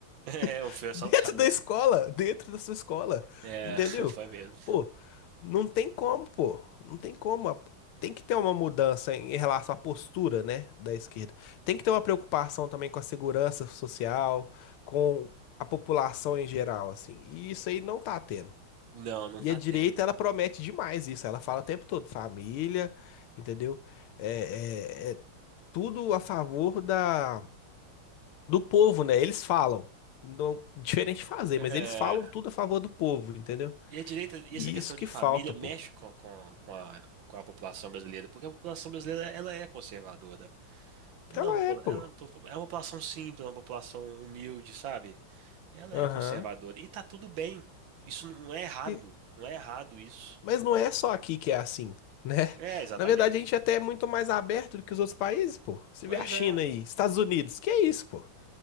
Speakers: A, on the right (about 65°); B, on the left (about 80°).
A: É,
B: <laughs>
A: eu fui assaltado
B: Dentro da
A: nesse.
B: escola, dentro da sua escola,
A: É,
B: entendeu?
A: <laughs> foi mesmo.
B: Pô, não tem como, pô. Não tem como. a- Tem que ter uma mudança em em relação à postura, né, da esquerda. Tem que ter uma preocupação também com a segurança social, com a população em geral, assim. E isso aí não tá tendo.
A: Não, não
B: E
A: tá
B: a direita,
A: tendo.
B: ela promete demais isso. Ela fala o tempo todo, família, entendeu? É, é, é, tudo a favor da, do povo, né? Eles falam. Não, diferente de fazer,
A: É,
B: mas eles falam tudo a favor do povo, entendeu?
A: e a direita, e
B: E
A: essa questão
B: isso
A: de
B: que
A: família
B: falta,
A: mexe
B: pô.
A: com, com, com a, com a população brasileira, porque a população brasileira ela é conservadora. Ela
B: Ela
A: é uma popula-
B: é, pô.
A: ela é uma popu- é uma população simples, uma população humilde, sabe? Ela
B: Aham.
A: é conservadora. E tá tudo bem. Isso não é errado.
B: E-
A: Não é errado isso.
B: Mas não é só aqui que é assim, <laughs> né?
A: É, exatamente.
B: Na verdade, a gente até é muito mais aberto do que os outros países, pô. Você
A: Pois
B: vê a China
A: é.
B: aí, Estados Unidos, que é isso, pô?